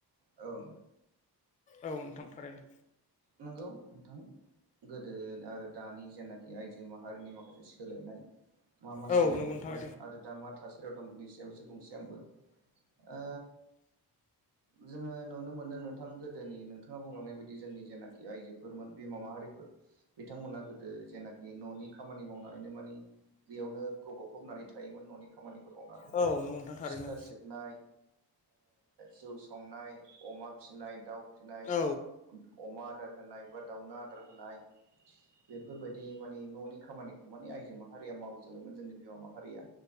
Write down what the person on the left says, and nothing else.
औ नोंथां थारैनो
औ
नंगौ नोंथां
औ
नोंथां थारैनो
औ